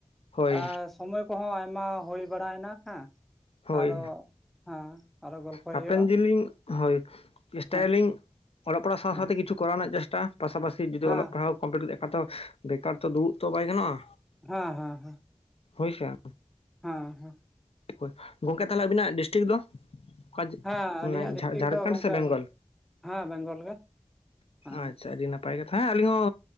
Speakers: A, on the left; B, in the centre.
A: ᱦᱳᱭ
B: ᱟᱸ ᱥᱚᱢᱚᱭ ᱠᱚᱦᱚᱸ ᱟᱭᱢᱟ ᱦᱩᱭ ᱵᱟᱲᱟᱭᱮᱱᱟ ᱦᱮᱸ
A: ᱦᱳᱭ
B: ᱟᱨᱚ ᱦᱮᱸ᱾ ᱟᱨᱚ ᱜᱚᱞᱯᱚᱭ
A: ᱦᱟᱯᱮᱱ
B: ᱦᱩᱭᱩᱜᱼᱟ
A: ᱫᱤᱱᱤᱧ ᱦᱳᱭ᱾ ᱪᱮᱥᱴᱟᱭᱟᱞᱤᱧ
B: ᱦᱮᱸ
A: ᱚᱞᱚᱜ ᱯᱟᱲᱦᱟᱜ ᱥᱟᱶ
B: ᱦᱮᱸ
A: ᱥᱟᱶᱛᱮ ᱠᱤᱪᱷᱩ ᱠᱚᱨᱟᱣ ᱨᱮᱱᱟᱜ ᱪᱮᱥᱴᱟ ᱯᱟᱥᱟᱯᱟᱥᱤ ᱡᱩᱫᱤ
B: ᱦᱮᱸ
A: ᱚᱞᱚᱜ ᱯᱟᱲᱦᱟᱣ ᱠᱚᱢᱯᱞᱤᱴ ᱠᱟᱛᱮ ᱠᱷᱟᱡ ᱫᱚ ᱵᱮᱠᱟᱨ ᱛᱚ ᱫᱩᱲᱩᱵ ᱛᱚ ᱵᱟᱭ ᱜᱟᱱᱚᱜᱼᱟ᱾
B: ᱦᱮᱸ ᱦᱮᱸ ᱦᱮᱸ᱾
A: ᱦᱳᱭ ᱥᱮ?
B: ᱦᱮᱸ ᱦᱮᱸ᱾
A: ᱦᱳᱭ᱾ ᱜᱚᱝᱠᱮ ᱛᱟᱦᱚᱞᱮ ᱟᱹᱵᱤᱱᱟᱜ ᱰᱤᱥᱴᱤᱠ ᱫᱚ? ᱚᱠᱟ ᱡᱮ
B: ᱦᱮᱸ
A: ᱢᱟᱱᱮ
B: ᱟᱹᱞᱤᱧᱟᱜ ᱰᱤᱥᱴᱤᱠ
A: ᱡᱷᱟᱨᱠᱷᱚᱸᱰ
B: ᱫᱚ ᱜᱚᱝᱠᱮ
A: ᱥᱮ ᱵᱮᱝᱜᱚᱞ?
B: ᱦᱮᱸ ᱵᱮᱝᱜᱚᱞ ᱜᱮ ᱦᱮᱸ
A: ᱟᱪᱪᱷᱟ ᱟᱹᱰᱤ ᱱᱟᱯᱟᱭ ᱠᱟᱛᱷᱟ ᱦᱮᱸ ᱟᱹᱞᱤᱧ ᱦᱚᱸ